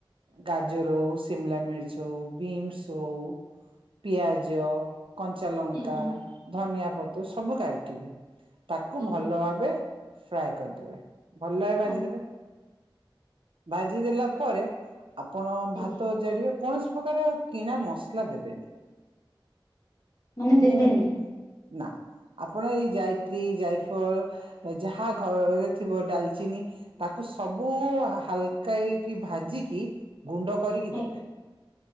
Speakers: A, on the right (about 80°); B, on the left (about 40°).
A: ଗାଜର ହଉ ସିମଲା ମିର୍ଚ ହଉ ବିନ୍ସ ହଉ ପିଆଜ କଞ୍ଚା ଲଙ୍କା
B: ଆଜ୍ଞା
A: ଧନିଆ ପତ୍ର ସବୁ କାଟିବେ ତାକୁ
B: ଆଜ୍ଞା
A: ଭଲ ଭାବେ ଫ୍ରାଏ କରିଦେବେ ଭଲ ଭ ଭାଜିଦେବେ
B: ଆଜ୍ଞା
A: ଭାଜିଦେଲା ତାପରେ ଆପଣ ଭାତ
B: ଆଜ୍ଞା
A: ଓଜାଡ଼ିବେ କୌଣସି ପ୍ରକାର କିଣା ମସଲା ଦେବେ
B: ମାନେ ଦେବେନି
A: ବୁଝିପାରିଲେ? ନା ଆପଣ ଏଇ ଯାଇତ୍ରୀ ଯାଇଫଳ ଯାହା ଘରେରେ ଥିବ ଡାଲଚିନି ତାକୁ ସବୁ ହାଲକା କି ଭାଜିକି ଗୁଣ୍ଡ କରିକି
B: ଆଜ୍ଞା
A: ଦେବେ